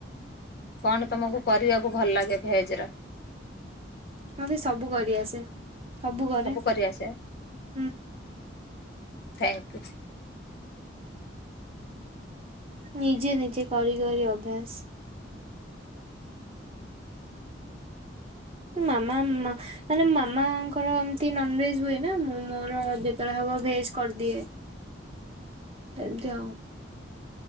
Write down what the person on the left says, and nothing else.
କଣ ତମକୁ କରିବାକୁ ଭଲ ଲାଗେ ଭେଜ ର
କରି ଆସେ
ଥ୍ୟାଙ୍କ ୟୁ